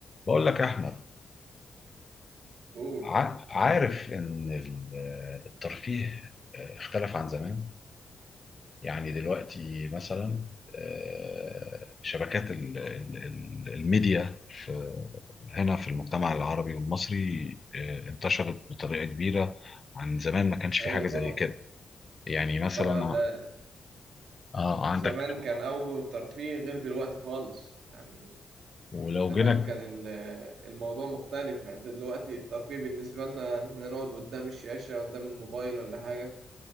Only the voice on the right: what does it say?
قول
ايوه
طبعا
طبعا ده
زمان كان اوجه الترفيه غير دلوقتي خالص يعني
زمان
كان ال- الموضوع مختلف يعني انت دلوقتي الترفيه بالنسبه لنا ان احنا نقعد قدام الشاشه قدام الموبايل ولا حاجه